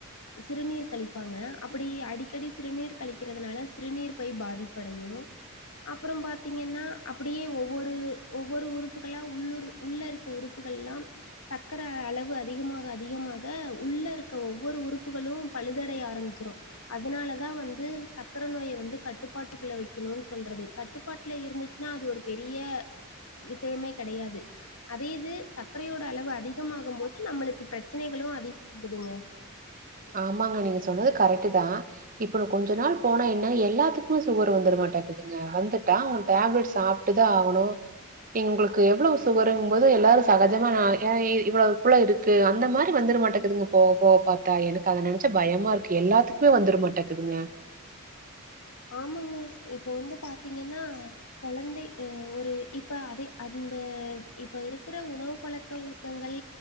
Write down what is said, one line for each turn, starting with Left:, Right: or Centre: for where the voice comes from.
Left: சிறுநீர் கழிப்பாங்க அப்டி அடிக்கடி சிறுநீர் கழிக்கிறதுனால சிறுநீர் பை பாதிப் படையு அப்புறம் பாத்தீங்கன்னா அப்டியே ஒவ்வொரு ஒவ்வொரு உறுப்புகளா உள்ளூர் உள்ள இருக்கற உறுப்புகள்லா சக்கர அளவு அதிகமாக அதிகமாக உள்ள இருக்க ஒவ்வொரு உறுப்புகளு பழுதடைய ஆரம்பிச்சிரு அதுனாலதா வந்து சக்கர நோய வந்து கட்டுப்பாட்டுக்குள்ள வைக்கணுன் சொல்றது கட்டுப்பாட்ல இருந்துச் சுன்னா அது ஒரு பெரிய விஷயமே கெடையாது அதே இது சக்கரையோட அளவு அதிகமாகும் போது நம்மளுக்கு பிரச்சனைகளு அதிகம் இருக்குதுங்க
Right: ஆமாங்க நீங்க சொன்னது கரெட்டு தா இப்ப கொஞ்ச நாள் போனா என்ன எல்லாத்துக்குமே சுகர் வந்துரு மாட்டேக்குதுங்க வந்துட்டா அவன் டேப்லெட் சாப் ட்டுதா ஆகணு எங்ளுக்கு எவ்ளோ சுகருங்கு போது எல்லாரு சகஜமா அ இவ்ளோக்குள்ள இருக் கு அந்த மாரி வந்துர மாட்டேக்குதுங்க போ போ பா கா எனக்கு அத நெனைச்சா பயமா இருக்கு எல்லாத்துக்குமே வந்துருமாட்டேக்குதுங்க
Left: ஆமாங்க இப்ப வந்து பாத்தீங்கன்னா கொழந்தை அ ஒரு இப்ப அத அந்த இப்ப இருக்கிற உணவு பழக்க வழக்கங்கள்